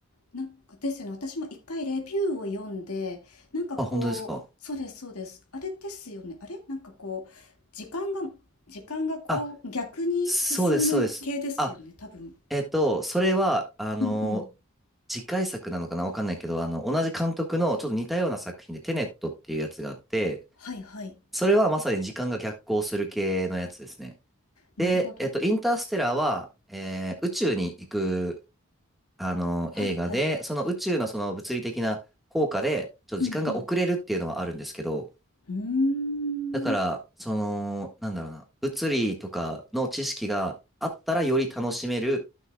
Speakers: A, on the left; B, in the centre.
A: なんかですよね。私も一回レビューを読んで、なんかこう、
B: あ、本当ですか
A: そうです、そうです。あれですよね。あれなんかこう、時間が、時間がこう、
B: あ、
A: 逆に進む系ですよね、
B: そうです、そうです。あ、
A: 多分。
B: えっと、それは、あの、
A: うんうん。
B: 次回作なのかなわかんないけど、あの、同じ監督のちょっと似たような作品でテネットっていうやつがあって、
A: はいはい。
B: それはまさに時間が逆行する系のやつですね。
A: なるほど。
B: で、えっと、インターステラーは、えー宇宙に行くあの、
A: はいはい。
B: 映画で、その宇宙のその物理的な効果で、ちょっと時間が遅れるっていうのはあるんですけど、
A: うんうん。うーん。
B: だから、その、なんだろうな、物理とかの知識があったらより楽しめる、